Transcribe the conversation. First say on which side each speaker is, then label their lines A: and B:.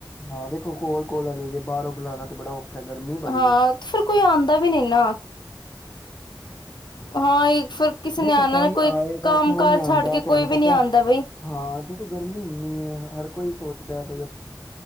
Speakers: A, on the left; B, on the left.
A: ਹਾਂ ਦੇਖੋ ਕੋਲ ਕੋਲ ਲਈ ਜੇ ਬਾਹਰੋਂ ਬੁਲਾਣਾ ਤੇ ਬੜਾ ਔਖਾ ਗਰਮੀ ਬੜੀ
B: ਹਾਂ
A: ਏ।
B: ਫੇਿਰ ਕੋਈ ਆਉਂਦਾ ਵੀ ਨਹੀਂ ਨਾ ਹਾਂ ਇਹ ਫਿਰ ਕਿਸੇ
A: ਦੇਖੋ
B: ਨੇ ਆਣਾ
A: ਕੋਈ
B: ਨਾ
A: ਆਏਗਾ
B: ਕੰਮ
A: ਕਿਉਂ
B: ਕਾਰ
A: ਨੀ ਆਉਂਦਾ
B: ਛੱਡ ਕੇ
A: ਤੁਹਾਨੂੰ
B: ਕੋਈ ਵੀ
A: ਪਤਾ
B: ਨੀ ਆਂਦਾ ਬਈ
A: ਹਾਂ ਦੇਖੋ ਗਰਮੀ ਇੰਨੀ ਹੈ ਹਰ ਕੋਈ ਸੋਚਦਾ ਬ